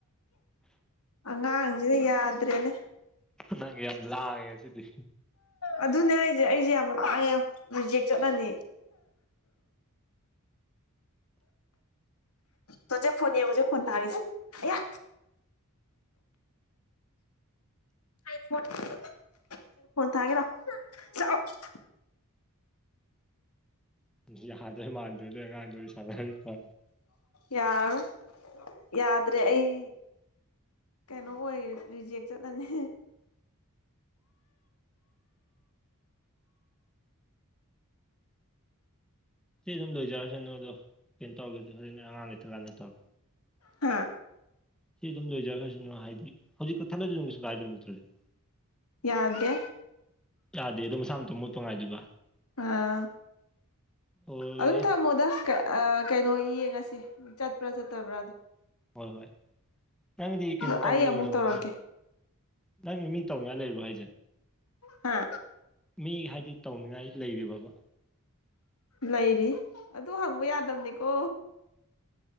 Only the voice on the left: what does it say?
ꯑꯉꯥꯡꯖꯤꯅ ꯌꯥꯗ꯭ꯔꯦꯅꯦ
ꯑꯗꯨꯅꯦ ꯍꯥꯏꯖꯦ ꯑꯩꯖꯦ ꯌꯥꯝ ꯂꯥꯡꯉꯦ ꯔꯤꯖꯦꯛ ꯆꯠꯂꯅꯤ ꯇꯣꯖꯦ ꯐꯣꯟ ꯌꯦꯡꯉꯨꯖꯦ ꯐꯣꯟ ꯊꯥꯒꯦꯁꯦ ꯑꯌꯥ <unintelligible>
ꯌꯥꯔꯔꯣꯏ ꯌꯥꯗ꯭ꯔꯦ ꯑꯩ ꯀꯩꯅꯣ ꯑꯣꯏ ꯔꯤꯖꯦꯛ ꯆꯠꯂꯅꯤ
ꯍꯥ
ꯌꯥꯗꯦ
ꯑꯥ
ꯑꯗꯨꯝ ꯊꯝꯃꯣꯗ ꯀ ꯑ ꯀꯩꯅꯣ ꯌꯦꯡꯉꯁꯤ ꯆꯠꯄ꯭ꯔꯥ ꯆꯠꯇꯕ꯭ꯔꯥꯗꯣ꯫
ꯑꯗꯣ
ꯑꯩ
ꯑꯃꯨꯛ ꯇꯧꯔꯛꯀꯦ
ꯍꯥ
ꯂꯩꯔꯤ ꯑꯗꯨ ꯍꯪꯕ ꯌꯥꯗꯝꯅꯤꯀꯣ